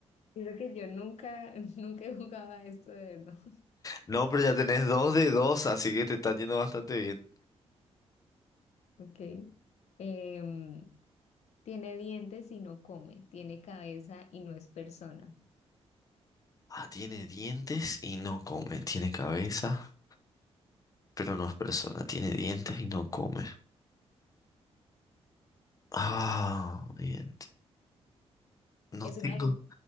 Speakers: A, on the left; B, on the left.
A: Creo que yo nunca, <laughs> nunca jugaba esto de verdad. <laughs>
B: No, pero ya tenés dos de dos, así que te está yendo bastante bien.
A: Ok. Em, tiene dientes y no come. Tiene cabeza y no es persona.
B: Ah, tiene dientes y no come. Tiene cabeza, pero no es persona. Tiene dientes y no come. Ah, bien. No
A: Es
B: tengo.
A: un alimento.